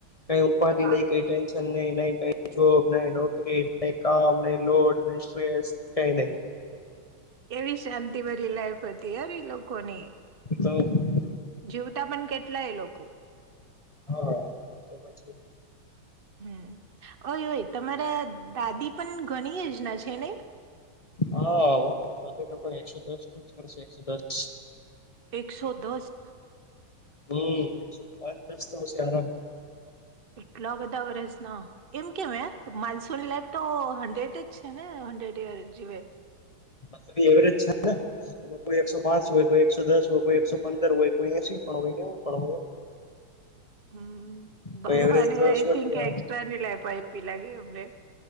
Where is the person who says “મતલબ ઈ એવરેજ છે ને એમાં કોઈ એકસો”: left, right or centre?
Left